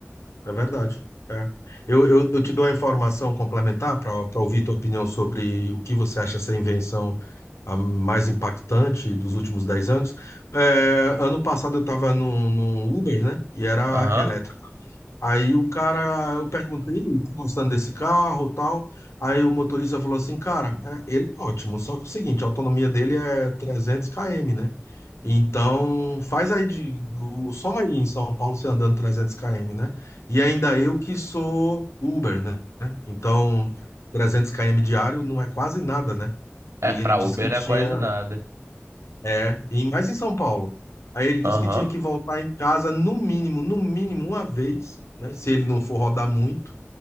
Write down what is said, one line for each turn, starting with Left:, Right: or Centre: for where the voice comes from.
Left: É verdade. É. Eu, eu, eu te dou a informação complementar para ouvir tua opinião sobre o que você acha essa invenção a mais impactante dos últimos 10 anos. É, ano passado eu estava num, num Uber, né? E era
Right: Aham.
Left: elétrico. Aí o cara, eu perguntei, tá gostando desse carro, tal. Aí o motorista falou assim, cara, é- ele é ótimo, só que é o seguinte, a autonomia dele é 300 km, né? Então, faz aí de, o- soma aí em São Paulo você andando 300 km, né? E ainda eu que sou Uber, né? Então, 300 km diário não é quase nada, né? E
Right: É, para
Left: ele disse
Right: Uber
Left: que tinha
Right: não é quase nada.
Left: é, e mais em São Paulo. Aí ele disse
Right: Aham.
Left: que tinha que voltar em casa no mínimo, no mínimo uma vez, né? Se ele não for rodar muito,